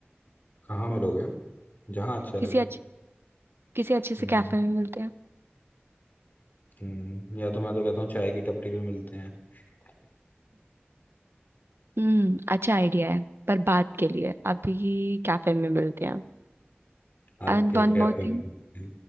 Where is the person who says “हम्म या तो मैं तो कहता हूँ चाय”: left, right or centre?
Left